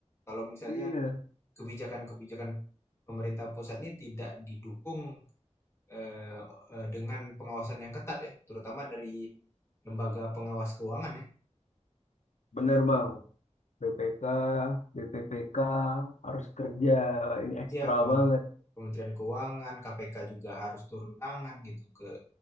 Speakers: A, on the left (about 20°); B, on the left (about 85°).
A: Kalau misalnya
B: Iya,
A: kebijakan-kebijakan pemerintah pusat ini tidak didukung eh, eh, dengan pengawasan yang ketat ya, terutama dari lembaga pengawas keuangan ya.
B: bener bang. BPK, BPPK harus kerja ini ekstra
A: Ya, Kemen-
B: banget.
A: Kementerian Keuangan, KPK juga harus turun tangan gitu ke